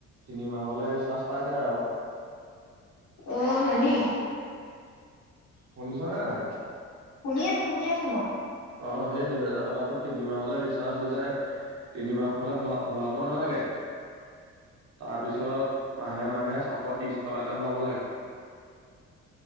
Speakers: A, on the right; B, on the left.
A: তিনিমাহলে ৰিচাৰ্জ পাই যায় আৰু
B: অ হয়নি
A: শুনিছ নে নাই।
B: শুনি আছো শুনি আছো মই।
A: অ সেই দুহেজাৰ টকাটোত তিনি মাহলে ৰিচাৰ্জ হৈ যায়। তিনিমাহ হলে ভ ভৰাব নালাগে। তাৰ পিছত মাহে মাহে ছশ ত্ৰিশ টকাকে ভৰাব লাগে।